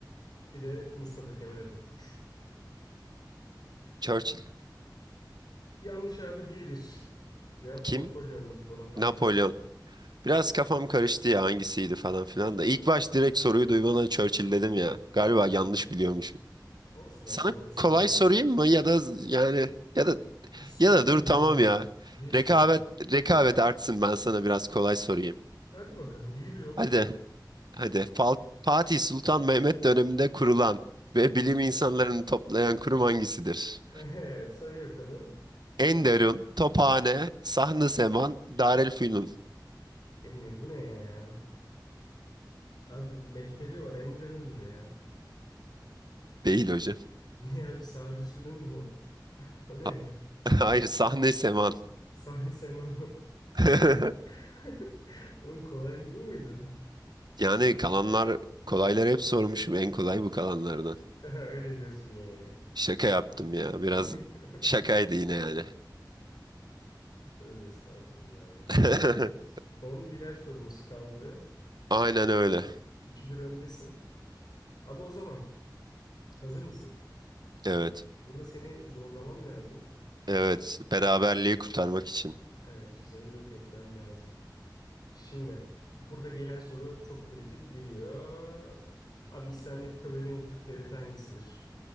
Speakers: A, on the left; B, on the right.
A: bir de Mustafa Kemal Atatürk.
B: Churchill.
A: Yanlış abi bir bir Cevap
B: Kim?
A: Napolyon Bonaparte.
B: Napolyon. Biraz kafam karıştı ya hangisiydi falan filan da. İlk baş direkt soruyu duymadan Churchill dedim ya. Galiba
A: Sen
B: yanlış biliyormuşum.
A: olsun
B: Sana
A: abi doğrusunu
B: kolay
A: öğren.
B: sorayım mı ya da yani ya da
A: İstediğin
B: ya da dur
A: gibi
B: tamam
A: abi.
B: ya.
A: bir
B: Rekabet
A: bir abi.
B: rekabet artsın ben sana biraz kolay sorayım.
A: Hadi bakalım bir bir oğlum
B: Hadi
A: zaten.
B: hadi Fal- Fatih Sultan Mehmet döneminde kurulan ve
A: <laughs>
B: bilim insanlarını toplayan kurum hangisidir?
A: Evet say bakalım.
B: Enderun, Tophane, Sahn-ı Seman, Darülfünun.
A: Emmi bu ne ya? Abi mektebi var Enderun'dur ya.
B: Değil hocam.
A: <laughs> Ne abi Sarüsü'nün mu? O ne?
B: Ha- <laughs> Hayır, Sahn-ı Seman.
A: Sahni Seman.
B: <laughs>
A: <laughs> Oğlum kolay mı bu muydu? <laughs>
B: Yani kalanlar kolayları hep sormuşum. En kolay bu kalanlardan.
A: Öyle diyorsun yani.
B: Şaka yaptım ya. Biraz
A: <laughs>
B: şakaydı yine yani.
A: Tövbe estağfurullah ya.
B: <laughs>
A: Son birer sorumuz kaldı.
B: Aynen öyle.
A: 2 bir öndesin. Abi o zaman hazır mısın?
B: Evet.
A: Burada seni zorlamam lazım.
B: Evet. Beraberliği kurtarmak için.
A: Evet, seni yok etmem lazım. Şimdi burada gelen soru çok kritik geliyor. Abi İslamiyet'i kabul eden ilk Türk devleti hangisidir?